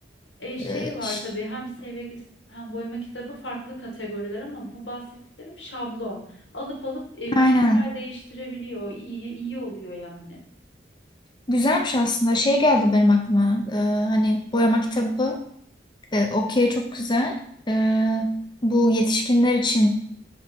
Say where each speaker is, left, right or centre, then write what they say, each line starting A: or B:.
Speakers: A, on the left (about 85°); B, on the left (about 25°).
A: E, şey
B: Ee,
A: var
B: ş-
A: tabii hem SVG hem boyama kitabı farklı kategoriler ama bu bahsettiklerim şablon. Alıp alıp e, müşteriler
B: aynen.
A: değiştirebiliyor. İyi, iyi oluyor yani.
B: Güzelmiş aslında. Şey geldi benim aklıma. Ee, hani boyama kitabı. E, okey çok güzel. Ee, bu yetişkinler için